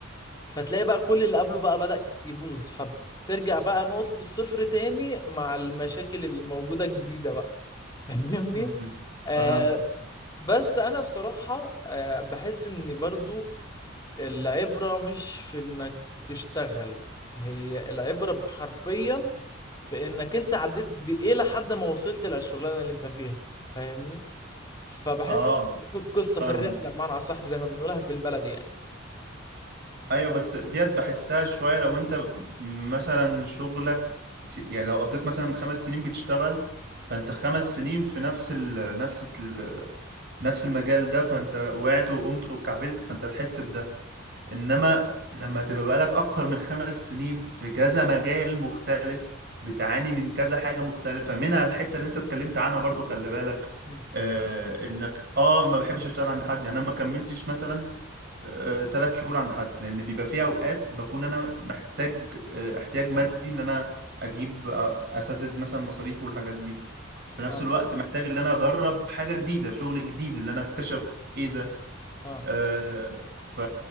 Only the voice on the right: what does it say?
أمم، فهمتك
اه
فاهمك
ايوه بس ديت بحسها شوية لو انت مثلا شغلك س- يعني لو قضيت مثلا خمس سنين بتشتغل فانت خمس سنين في نفس ال... نفس ال... نفس المجال ده فانت وقعت وقمت وكعبلت فانت هتحس انما لما تبقى بقالك اكتر من خمس سنين في كذا مجال مختلف بتعاني من كذا حاجة مختلفة منها الحتة اللي انت اتكلمت عنها برضو خلي بالك
آه انك اه ما بحبش اشتغل عند حد يعني انا ما كملتش مثلا آه تلات شهور عند حد لان بيبقى في اوقات بكون انا محتاج آه احتياج مادي ان انا اجيب آه، اسدد مثلا مصاريفي والحاجات دي في نفس
الوقت محتاج ان انا اجرب حاجة جديدة شغل جديد ان انا اكتشف ايه ده
آه، ف...